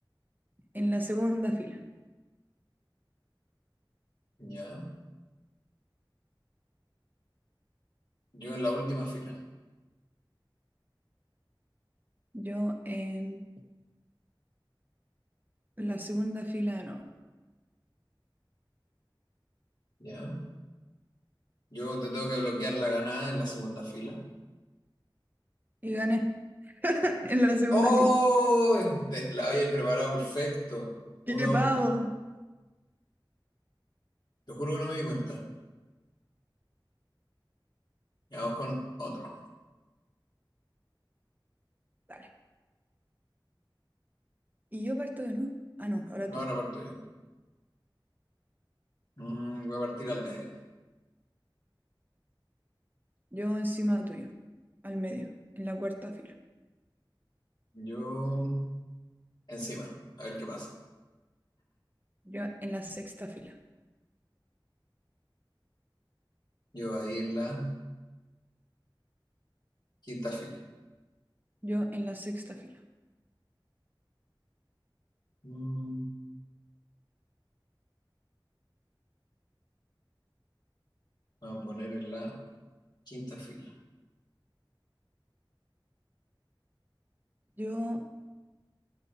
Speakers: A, on the right (about 20°); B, on the left (about 55°).
A: En la segunda fila.
B: Ya. Yo en la última fila.
A: Yo en la segunda fila, no.
B: Ya. Yo te tengo que bloquear la ganada en la segunda fila.
A: Y gané <laughs> en la segunda
B: ¡Oh!
A: fila.
B: Te- la había preparado perfecto. Uno
A: ¡Qué
B: a
A: pavo!
B: uno. Te juro que no me di cuenta. Y vamos con otro.
A: Dale. Y yo parto de nuevo. Ah, no, ahora
B: No,
A: tú.
B: ahora parto yo. Mm, voy a partir al medio.
A: Yo encima tuyo, al medio, en la cuarta fila.
B: Yo encima. A ver qué pasa.
A: Yo en la sexta fila.
B: Yo ahí en la quinta fila.
A: Yo en la sexta fila.
B: Mm, me voy a poner en la quinta fila.
A: Yo